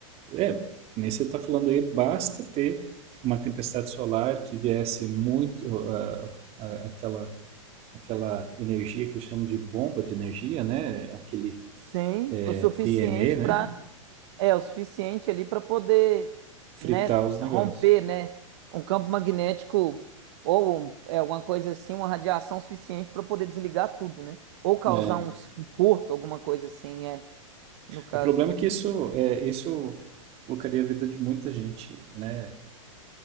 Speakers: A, on the right (about 35°); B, on the right (about 55°).
A: é, que nem você está falando aí, basta ter uma tempestade solar que viesse muito ah, ah, aquela aquela energia que eles chamam de bomba de energia, né? Aquele
B: sim,
A: é,
B: o suficiente
A: PME, né?
B: para É o suficiente ali para poder,
A: Fritar
B: né,
A: os negócios.
B: romper, né, um campo magnético ou um- é, alguma coisa assim, uma radiação suficiente para poder desligar tudo, né? Ou causar
A: É.
B: um, s- um curto, alguma coisa assim, é, no caso.
A: O problema é que isso, é, isso colocaria a vida de muita gente, né?